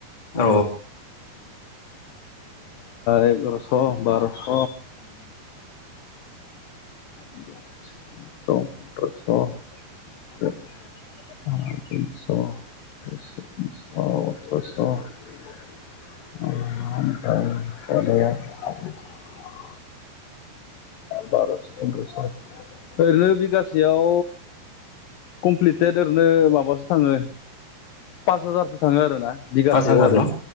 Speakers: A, on the left; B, on the left.
A: औ
B: एगार'स' बार'स' तिनस' फन्द्रस' <inaudible> सथ'स'। <inaudible> बार'स' पन्द्रस' ओरैनो बिगासेयाव कमप्लिटेत ओरैनो माबासो थाङो पास हाजारसो थाङो आरोना बिगासेयाव
A: पास हाजार
B: आरो
A: न'